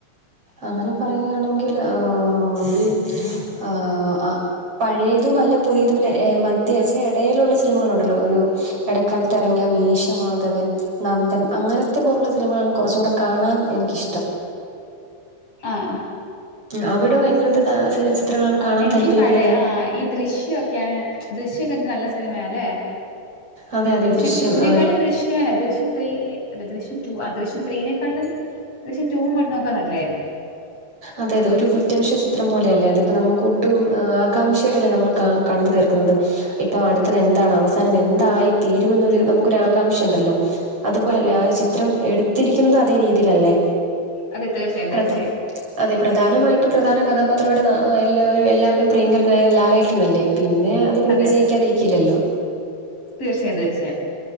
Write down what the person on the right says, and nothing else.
അങ്ങനെ പറയുകയാണെങ്കിൽ ആഹ് ഒര് ആഹ് അ പഴയതും അല്ല പുതിയതുംല്ല ഏ മദ്യ ചെ എടെലുള്ള സിനിമകളുണ്ടല്ലോ ഒരു. ഇടക്കാലത്ത് എറങ്ങിയ മീശമാധവൻ. നന്ദൻ അങ്ങനത്തെ പോലുള്ള സിനിമകൾ കുറച്ചു കൂടെ കാണാൻ എനിക്കിഷ്ടം.
അവിടോ എങ്ങനത്തെ താ ചെ ചിത്രങ്ങളാണ് കാണാൻ
താല്പര്യപ്പെടുന്നെ
അതെ അതെ
ആ,
അതെ അതെ ഒരു കുറ്റനുഷ ചിത്രം പോലെയല്ലേ അത് പ്പം നമുക്ക് ഒട്ടും ആകാംക്ഷയോടെയല്ലേ നമ്മള് കാ കണ്ടു തീർക്കുന്നത്.. ഇപ്പൊ അടുത്തത്
എന്താണ് അവസാനം എന്തായിത്തീരുമെന്നൊരു നമുക്കൊ ആകാംക്ഷ ഇണ്ടല്ലോ.. അതുപോലെല്ലേ
ആഹ് ഒരു ചിത്രം എടുത്തിരിക്കുന്നത് അതേ രീതിയിലല്ലേ..
പ്രധാ
അതെ പ്രധാനമായിട്ടും പ്രധാന കഥാപാത്രംടെ ആഹ് എല്ല എല്ലാവരുടെയും പ്രിയങ്കരനായ ലാലേട്ടൻ നെല്ലേ.. പിന്നെ അത് പിന്നെ
വിജയിക്കാതിരിക്കില്ലല്ലോ.